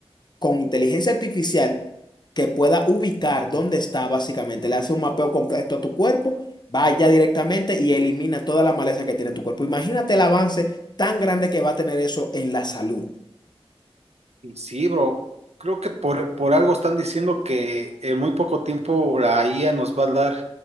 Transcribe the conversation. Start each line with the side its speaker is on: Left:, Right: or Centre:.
Left: con inteligencia artificial que pueda ubicar dónde está básicamente. Le hace un mapeo completo a tu cuerpo, va allá directamente y elimina toda la maleza que tiene tu cuerpo. Imagínate el avance tan grande que va a tener eso en la salud.
Right: Y sí, bro, creo que por, por algo están diciendo que en muy poco tiempo la IA nos va a dar